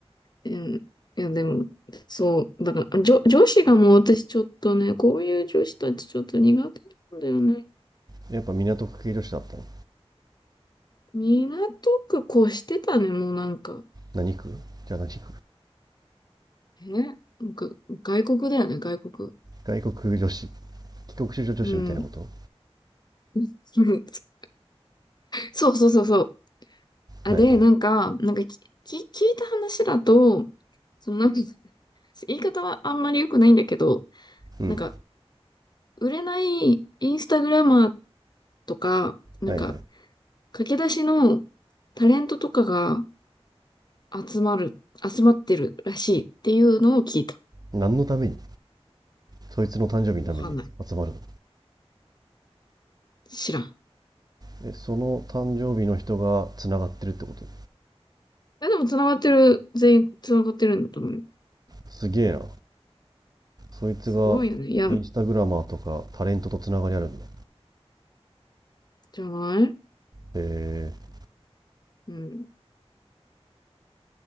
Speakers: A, on the left (about 40°); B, on the right (about 40°).
A: うん。いや、でも、そう、だから、女、女子がもう私ちょっとね、こういう女子たちちょっと苦手なんだよね。
B: やっぱ港区系女子だったの
A: 港区越してたね、もうなんか。
B: 何区じゃあ何区
A: えなんか、外国だよね、外国。
B: 外国女子。帰国子女女子みたいなこと
A: うん。<laughs> そうそうそうそう。あ、
B: はいはい。
A: で、なんか、なんかき、き、聞いた話だと、そのなんか、言い方はあんまり良くないんだけど、
B: うん。
A: なんか、売れないインスタグラマーとか、なんか、
B: はいはい。
A: 駆け出しのタレントとかが、集まる、集まってるらしいっていうのを聞いた。
B: 何のためにそいつの誕生日のために集まるの
A: わかんない。知らん。
B: でその誕生日の人がつながってるってこと
A: え、でも繋がってる、全員繋がってるんだと思う
B: すげえなそいつがインスタグラマーとかタレントとつながりあるんだ
A: すごいよね。いや、じゃない
B: えー
A: うん。